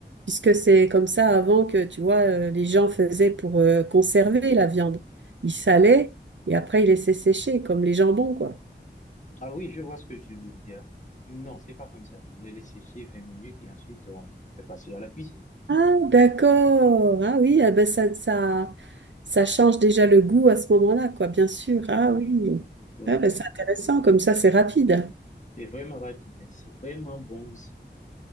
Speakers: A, on the right; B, on the left.
A: puisque c'est comme ça avant que, tu vois, euh, les gens faisaient pour euh, conserver la viande. Ils salaient et après ils laissaient sécher, comme les jambons, quoi.
B: Ah oui, je vois ce que tu veux dire. Non, c'est pas comme ça. On les laisse sécher 20 minutes et ensuite on fait passer à la cuisine.
A: Ah, d'accord. Ah oui, ah ben ça, ça, ça change déjà le goût à ce moment-là, quoi, bien sûr. Ah oui.
B: Oui.
A: Ah ben
B: oui.
A: c'est intéressant, comme ça c'est rapide.
B: C'est vraiment rapide. hein. C'est vraiment bon aussi.